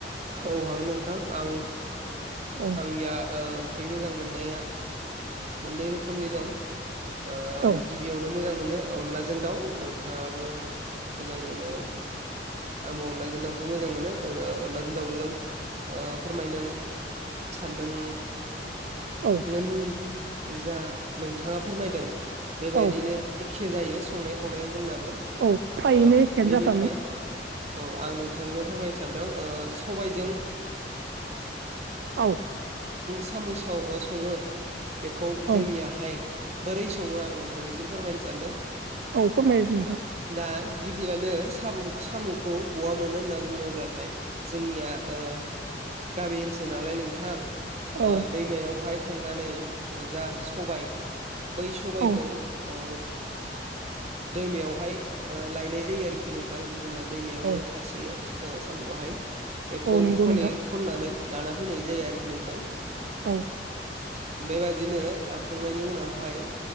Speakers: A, on the right; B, on the right.
A: औ हागोन नोंथां आं
B: औ
A: आंनिया ओ ओंख्रि मोजां मोननाया मोननै रोखोमनि दं ओ आं
B: औ
A: गिबियावनो मोजां मोनो अनलाजों दाउ नोंथाङाबो मोजां मोनोबा आंबो अनलाजों दाउखौ मोजां मोनो अनलाजों जों दावजों ओ फोरमायनो सान्दों
B: औ
A: मोन जा नोंथाङा फोरमायदों बेबायदिनो
B: औ
A: ए खे जायो संनाय खावनाया जोंनाबो
B: औ थारैनो
A: ओ
B: एखेयानो
A: बेनिफ्राय
B: जाफ्रामो
A: औ आं नोंथांनो फोरमायनो सानदों ओ सबाइजों
B: औ
A: सामु सामु साव ओ सङो बेखौ
B: औ
A: जोंनियाहाय सा बोरै सङो आं नोंथांनिसिम फोरमायनो सानदों
B: औ फोरमाय नोंथां
A: दा गिबियानो सामुं साम'खौ बहा मोनो होनना बुङोब्लाथाय जोंनिया ओ गामि ओनसोल नालाय नोंथां
B: औ
A: दैमायावहाय थांनानै जा सबाय बै सबायखौ
B: औ
A: ओ दैमायावहाय ओ लायनाय जायो आरोखि नोंथां जोंना दैमायावनो
B: औ
A: थासोयो साम'आहाय बेखौ
B: औ नंगौ
A: खनै
B: नोंथां
A: खननानै लाना फैनाय जाया आरोखि नोंथां
B: औ
A: बेबायदिनो लाबोखांनायनि उनावहाय